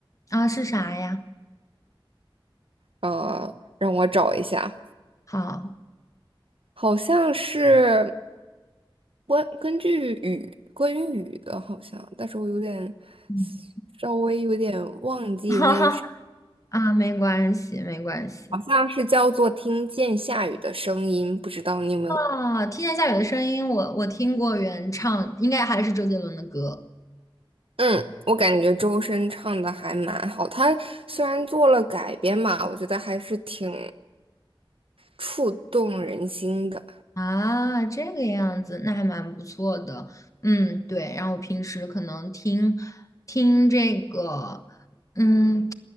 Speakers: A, on the left; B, on the right.
A: 啊，是啥呀？
B: 呃，让我找一下，
A: 好，
B: 好像是关根据雨关于雨的，好像，但是我有点
A: 嗯，
B: 稍微有点忘记那首。
A: <laughs> 哈哈啊，没关系，没关系。
B: 好像是叫做《听见下雨的声音》，不知道你有没有？
A: 啊！听见下雨的声音，我我听过原唱，应该还是周杰伦的歌。
B: 嗯，我感觉周深唱的还蛮好，他虽然做了改编嘛，我觉得还是挺触动人心的。
A: 啊，这个样子，那还蛮不错的。嗯，对。然后我平时可能听听这个，嗯，